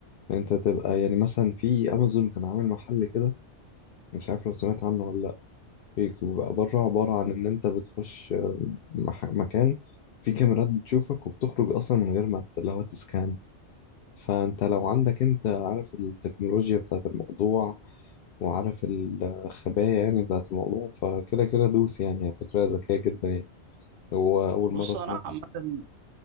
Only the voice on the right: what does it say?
بص
أنا عامة